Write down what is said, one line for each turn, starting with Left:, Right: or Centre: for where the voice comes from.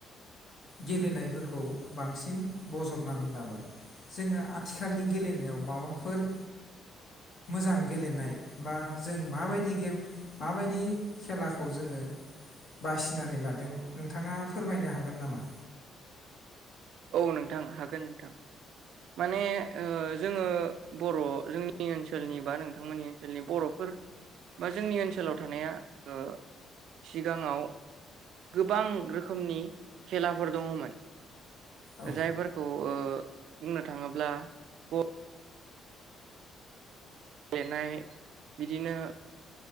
Left: गेलेनायफोर खौ बांसिन बजबनानै लाबाय जोङो आथिखालनि गेलेनायाव माबाफोर मोजां गेलेनाय बा जों माबायदि गेम माबायदि खेलाखौ जोङो बासिनानै लादों। नोंथाङा फोरमायनो हागोन। <inaudible>
Right: औ नोंथां हागोन नोंथां माने ओ जोंङो बर' जोंनि ओनसोलनि बा नोंथांमोननि ओनसोलनि बर'फोर बा जोंनि ओनसोलाव थानाया ओ सिगाङाव गोबां रोखोमनि खेलाफोर दङमोन।
Left: औ
Right: जायफोरखौ ओ बुंनो थाङोब्ला ग गेलेनाय बिदिनो